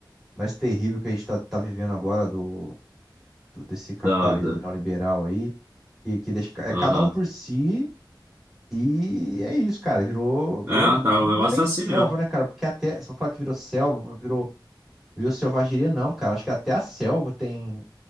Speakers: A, in the centre; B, on the right.
A: mais terrível que a gente tá, tá vivendo agora do, do- desse capitalismo
B: da, da-
A: neoliberal aí, que, que deixa, ca- é
B: aham.
A: cada um por si. E é isso, cara. Virou, virou.
B: É, tá,
A: Não
B: o negócio
A: é nem
B: tá assim
A: selva,
B: mesmo.
A: né, cara? Porque até. Se eu falar que virou selva, virou Viva selvageria não, cara. Acho que até a selva tem